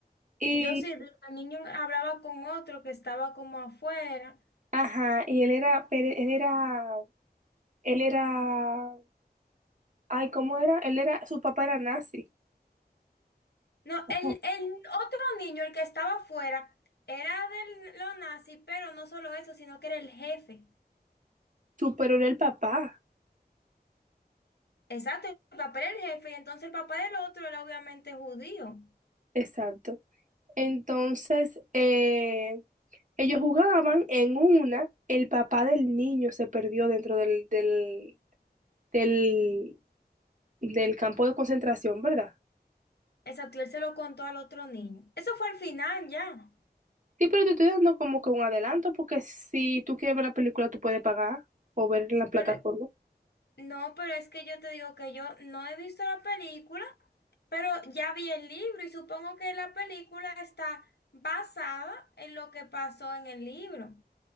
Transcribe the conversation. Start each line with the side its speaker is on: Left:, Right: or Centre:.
Right: y,
Left: Yo sí, el niño hablaba con otro que estaba como afuera.
Right: ajá, y él era, pere- él era, él era, ay, ¿cómo era? Él era, su papá era nazi,
Left: No,
Right: Ujú.
Left: el, el otro niño, el que estaba afuera, era de los nazis, pero no solo eso, sino que era el jefe.
Right: Su- pero era el papá,
Left: Exacto, el papá era el jefe, y entonces el papá del otro era obviamente judío.
Right: exacto. Entonces, eh, ellos jugaban en una, el papá del niño se perdió dentro del, del del, del campo de concentración, ¿verdad?
Left: Exacto, y él se lo contó al otro niño. Eso fue al final ya.
Right: Sí, pero te estoy dando como que un adelanto, porque si tú quieres ver la película, tú puedes pagar o ver en la plataforma.
Left: Pero, no, pero es que yo te digo que yo no he visto la película, pero ya vi el libro y supongo que la película está basada en lo que pasó en el libro.